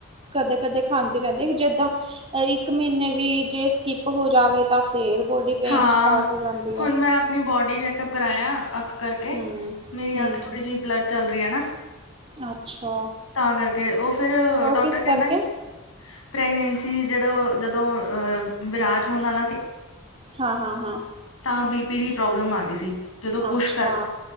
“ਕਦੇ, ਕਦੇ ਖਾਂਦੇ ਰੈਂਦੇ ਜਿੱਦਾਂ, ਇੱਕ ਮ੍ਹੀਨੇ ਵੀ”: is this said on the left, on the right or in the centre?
Right